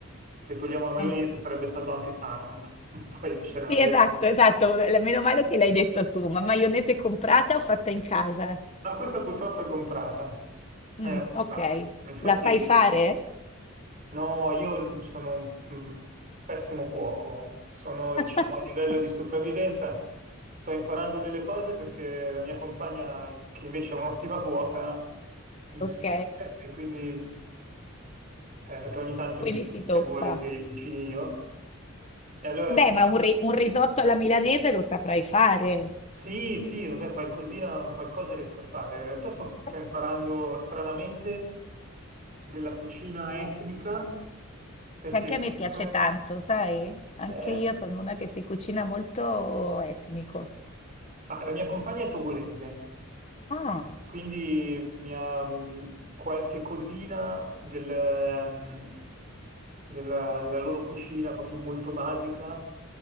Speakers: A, on the right; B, on the left.
A: se togliamo la maionese
B: non t
A: sarebbe stato anche sano, <laughs> ma poi uscire la
B: Sì,
A: maionese.
B: esatto, esatto. l- Meno male che l'hai detto tu, ma maionese comprata o fatta in casa?
A: No, questa purtroppo è comprata. Era
B: Mm,
A: comprata,
B: ok,
A: sì. Infatti,
B: la sai fare?
A: no, io sono un mm, un pessimo cuoco. Sono,
B: <laughs>
A: diciamo, a livello di sopravvivenza, sto imparando delle cose perché la mia compagna, che invece è un'ottima cuoca, insiste
B: Ok,
A: e quindi, eh, perché ogni tanto
B: quindi
A: giustamente
B: ti tocca.
A: vuole che cucini io. E allora
B: Beh, ma un, ri- un risotto alla milanese lo saprai fare.
A: Sì, sì, vabbè, qualcosina, qualcosa riesco a fare. In realtà sto, sto
B: Che
A: imparando stranamente della cucina etnica, perché
B: Anche a
A: comunque...
B: me piace tanto, sai? Anche
A: eh,
B: io sono una che si cucina molto etnico.
A: ma la mia compagna è togolese,
B: Ah,
A: quindi mi ha mh, qualche cosina del, ehm, della, della loro cucina, proprio molto basica,